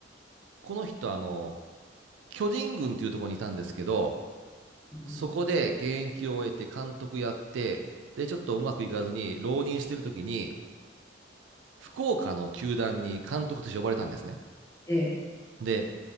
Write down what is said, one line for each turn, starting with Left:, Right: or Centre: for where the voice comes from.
Right: この人あの、巨人軍っていうところにいたんですけど、
Left: うん。
Right: そこで現役を終えて監督やって、で、ちょっとうまくいかずに浪人してる時に、福岡の球団に監督として呼ばれたんですね。
Left: ええ。
Right: で、